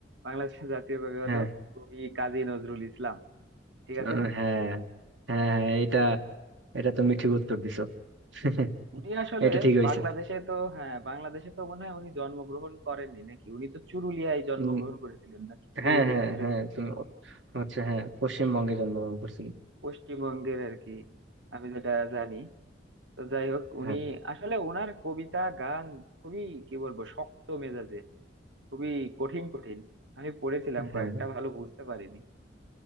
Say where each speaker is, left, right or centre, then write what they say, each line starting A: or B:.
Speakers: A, on the right; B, on the right.
A: বাংলাদেশের জাতীয় কবি হলো
B: হ্যাঁ
A: কবি কাজী নজরুল ইসলাম ঠিক আছে
B: উম,
A: না
B: হ্যাঁ হ্যাঁ হ্যাঁ এটা এটা তুমি ঠিক উত্তর দিছো <laughs>
A: উনি আসলে
B: এটা ঠিক হয়েছে
A: বাংলাদেশে তো হ্যাঁ বাংলাদেশে তো মনে হয় উনি জন্মগ্রহণ করেননি নাকি উনি তো চুরুলিয়ায় জন্মগ্রহণ
B: উম,
A: করেছিলেন নাকি পুরুলিয়া
B: হ্যাঁ হ্যাঁ
A: এরকম
B: হ্যাঁ তুমি হচ্ছে হ্যাঁ পশ্চিমবঙ্গে জন্মগ্রহণ করছিলেন
A: পশ্চিমবঙ্গের আর কি আমি যেটা জানি তো যাই হোক উনি
B: হ্যাঁ
A: আসলে ওনার কবিতা গান খুবই কি বলবো শক্ত মেজাজে খুবই কঠিন কঠিন আমি পড়েছিলাম
B: হ্যাঁ
A: কয়েকটা
B: হ্যাঁ
A: ভালো বুঝতে পারিনি